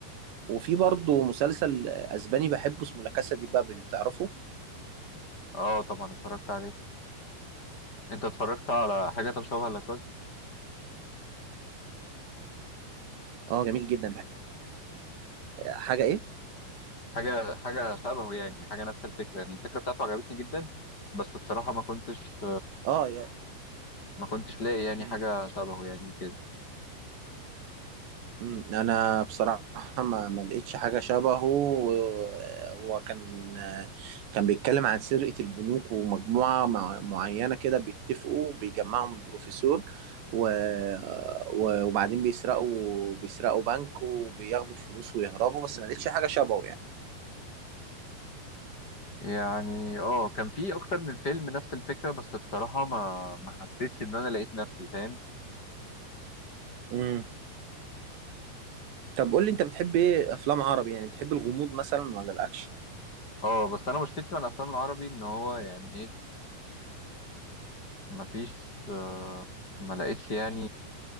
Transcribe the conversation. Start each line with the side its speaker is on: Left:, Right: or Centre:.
Right: وفي برضو مسلسل اسباني بحبه اسمه لا كاسا دي بابل تعرفه
Left: اه طبعا اتفرجت عليه انت اتفرجت على حاجه طب شبه لا
Right: اه جميل جدا حاجه ايه
Left: حاجة حاجة شبهه يعني حاجة نفس الفكرة يعني الفكرة بتاعته عجبتني جدا بس بصراحة ما كنتش
Right: اه يا...
Left: ما كنتش لاقي يعني
Right: مم.
Left: حاجة شبهه يعني كده
Right: مم، انا بصراحه ما ما لقيتش حاجه شبهه و- هو كان كان بيتكلم عن سرقه البنوك ومجموعه مع- معينه كده بيتفقوا بيجمعهم البروفيسور و... و- وبعدين بيسرقوا بيسرقوا بنك وبياخدوا الفلوس ويهربوا بس ما لقيتش حاجه شبهه يعني
Left: يعني اه كان في أكتر من فيلم نفس الفكرة بس بصراحة ما ما حسيتش إن أنا لقيت نفسي فاهم
Right: مم. طب قول لي انت بتحب ايه افلام عربي يعني بتحب الغموض مثلا ولا الاكشن
Left: اه بس أنا مشكلتي مع الأفلام العربي إن هو يعني إيه ما فيش آه، ما لقيتش يعني